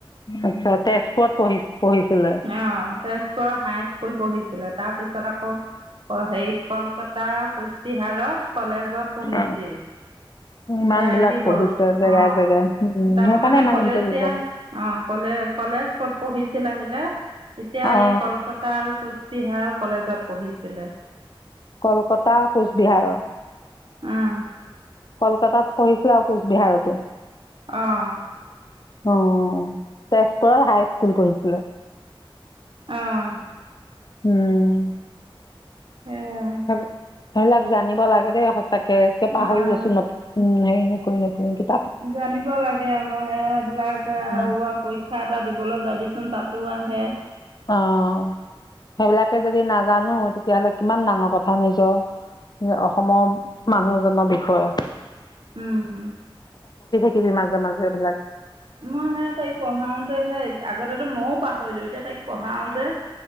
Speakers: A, on the left; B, on the right.
A: আচ্ছা, তেজপুৰত পঢ়িছে। পঢ়িছিলে।
B: অঁ তেজপুৰৰ হাইস্কুল পঢ়িছিলে। তাৰপিছত আকৌ হেৰি কলকাতা কোচবিহাৰত কলেজত পঢ়িছিল।
A: অ ইমান
B: সেই
A: বিলাক
B: আহিব
A: পঢ়িছে
B: অহ।
A: জেগাই জেগাই উম
B: তাৰ
A: সেইকাৰণে
B: মানে
A: ইমান
B: কলেজ
A: ইণ্টেলিজেন্ট
B: দিয়া অঁ কলে-কলেজ ক'ত পঢ়িছিল আহি হেল্ল'? এতিয়া
A: অ
B: এই কলকাতা আৰু কোচ বিহাৰৰ কলেজত পঢ়িছিলে।
A: কলকাতা কোচবিহাৰৰ
B: উম।
A: কলকাতাত পঢ়িছিল আৰু কোচবিহাৰতো
B: অঁহ।
A: অঁ তেজপুৰত হাই স্কুল পঢ়িছিলে।
B: অঁ।
A: উম।
B: সেয়া
A: সেই- সেইবিলাক জানিব লাগে দেই তাকে পাহৰি
B: আহ
A: গৈছো ন উম সেই নকই নকই কেতিয়াও
B: জানিব লাগে আকৌ এইবিলাক হোৱা
A: উম
B: পৰীক্ষা এটা দিবলৈ যাবি তাতো আহে
A: অঁ সেইবিলাকে যদি নাজানো তেতিয়া হ'লে কিমান ডাঙৰ কথা নিজৰ অসমৰ মানুহজনৰ বিষয়ে
B: উম।
A: পঢ়িবি মাজে মাজে এইবিলাক
B: মই হে তাইক পঢ়াওতে সেই আগতেতো মইয়ে পাহৰিলো এতিয়া তাইক পঢ়াওতে